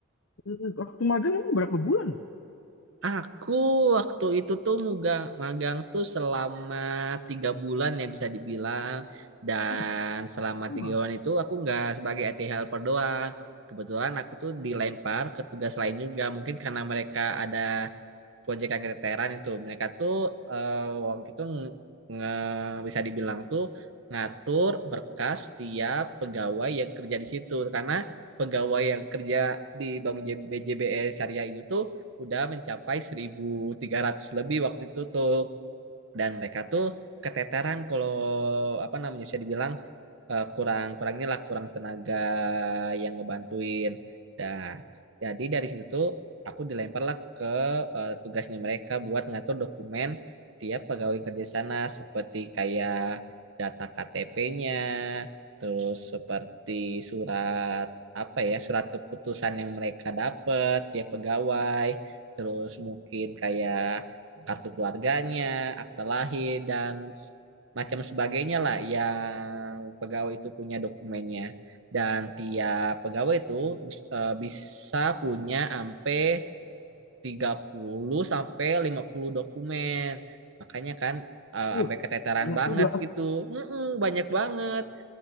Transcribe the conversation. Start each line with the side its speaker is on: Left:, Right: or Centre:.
Left: mm, waktu magang emang berapa bulan mas?
Right: Aku waktu itu tuh mugang, magang tuh selama tiga bulan ya bisa dibilang. Dan
Left: Uh,
Right: selama
Left: lama.
Right: tiga bulan itu aku nggak sebagai IT helper doang. Kebetulan aku tuh dilempar ke tugas lain juga. Mungkin karena mereka ada proyek keteteran itu mereka tuh eh, waktu itu nge- nge- bisa dibilang tuh ngatur berkas tiap pegawai yang kerja di situ karena pegawai yang kerja di Bank J- BJBS Syariah itu tuh udah mencapai seribu tiga ratus lebih waktu itu tuh dan mereka tuh keteteran kalau apa namanya bisa dibilang eh, kurang kurang inilah kurang tenaga yang ngebantuin. Nah, jadi dari situ tuh aku dilemparlah ke eh, tugasnya mereka buat ngatur dokumen tiap pegawai kerja sana seperti kayak data KTP-nya, terus seperti surat apa ya surat keputusan yang mereka dapat tiap pegawai, terus mungkin kayak kartu keluarganya, akta lahir dan macam sebagainya lah yang pegawai itu punya dokumennya dan tiap pegawai itu bis- eh, bisa punya sampai 30 sampai 50 dokumen. Makanya kan eh,
Left: Uh,
Right: sampai keteteran
Left: banyak
Right: banget
Left: juga.
Right: gitu. Mm-mm, banyak banget.